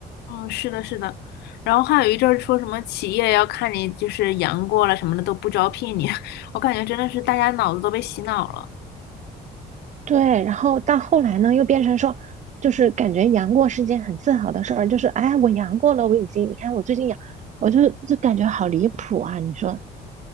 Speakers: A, on the left (about 80°); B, on the right (about 45°).
A: 嗯，是的，是的。然后还有一阵儿说什么企业要看你就是阳过了什么的都不招聘你，<laughs> 我感觉真的是大家脑子都被洗脑了，
B: 对，然后到后来呢，又变成说，就是感觉阳过是件很自豪的事儿，就是哎，我阳过了，我已经，你看我最近阳，我就就感觉好离谱啊！你说